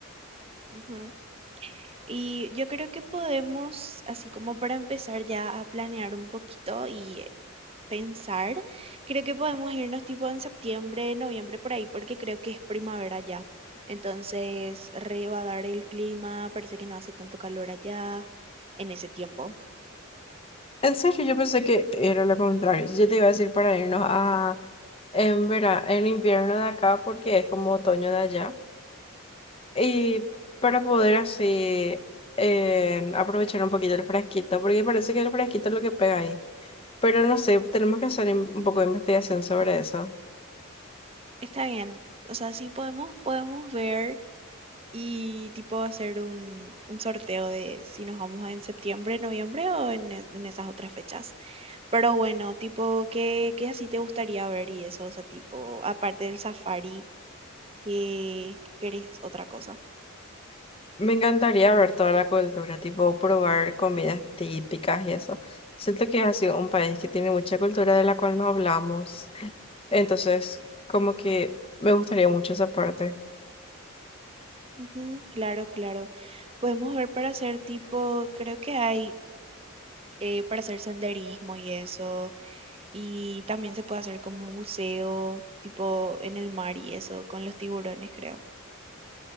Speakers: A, on the right (about 25°); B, on the left (about 25°).
A: Ujú. Y yo creo que podemos, así como para empezar ya a planear un poquito y eh, pensar, creo que podemos irnos tipo en septiembre, noviembre por ahí, porque creo que es primavera ya. Entonces, re va a dar el clima, parece que no hace tanto calor allá en ese tiempo.
B: En serio, yo pensé que era lo contrario. Yo te iba a decir para irnos a en vera- en invierno de acá porque es como otoño de allá. Y para poder así eh, aprovechar un poquito el fresquito, porque parece que el fresquito es lo que pega ahí. Pero no sé, tenemos que hacer in- un poco de investigación sobre eso.
A: Está bien. O sea, sí podemos, podemos ver y tipo hacer un, un sorteo de si nos vamos en septiembre, noviembre o en, e- en esas otras fechas. Pero bueno, tipo, ¿qué, qué así te gustaría ver y eso? O sea, tipo, aparte del safari, ¿qué qué querés otra cosa?
B: Me encantaría ver toda la cultura, tipo probar comidas típicas y eso. Siento que ha sido un país que tiene mucha cultura de la cual no hablamos. Entonces, como que me gustaría mucho esa parte.
A: Ujú, claro, claro. Podemos ver para hacer tipo, creo que hay eh, para hacer senderismo y eso, y también se puede hacer como buceo, tipo en el mar y eso, con los tiburones, creo.